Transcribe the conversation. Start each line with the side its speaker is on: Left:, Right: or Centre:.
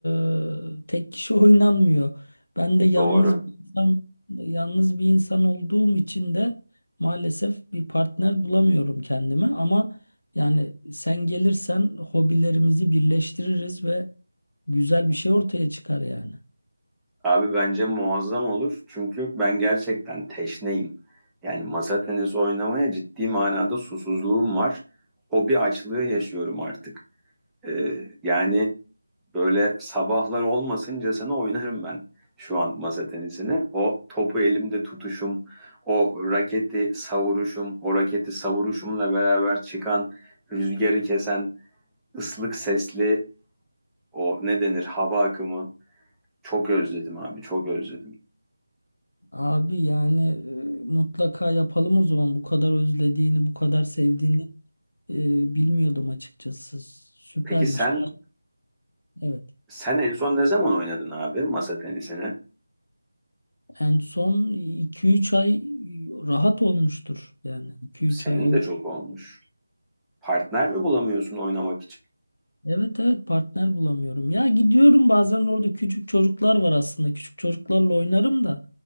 Left: eee, tek kişi <laughs> oynanmıyor. Ben de yalnız
Centre: Doğru.
Left: bir insan, yalnız bir insan olduğum için de maalesef bir partner bulamıyorum kendime ama yani sen gelirsen hobilerimizi birleştiririz ve güzel bir şey ortaya çıkar yani.
Centre: Abi bence muazzam olur. Çünkü ben gerçekten teşneyim. Yani masa tenisi oynamaya ciddi manada susuzluğum var. Hobi açlığı yaşıyorum artık. Ee, yani Böyle sabahlar olmasıncasına oynarım ben şu an masa tenisini. O topu elimde tutuşum, o raketi savuruşum, o raketi savuruşumla beraber çıkan rüzgarı kesen ıslık sesli o ne denir hava akımı. Çok özledim abi, çok özledim.
Left: Abi yani e, mutlaka yapalım o zaman. Bu kadar özlediğini, bu kadar sevdiğini e, bilmiyordum açıkçası. Süpermiş.
Centre: Peki sen
Left: Evet.
Centre: sen en son ne zaman oynadın abi masa tenisini?
Left: En son iki üç ay rahat olmuştur yani. iki üç
Centre: Senin
Left: ay olmuş.
Centre: de çok olmuş. Partner mi bulamıyorsun oynamak için?
Left: Evet evet partner bulamıyorum. Ya gidiyorum bazen orada küçük çocuklar var aslında. Küçük çocuklarla oynarım da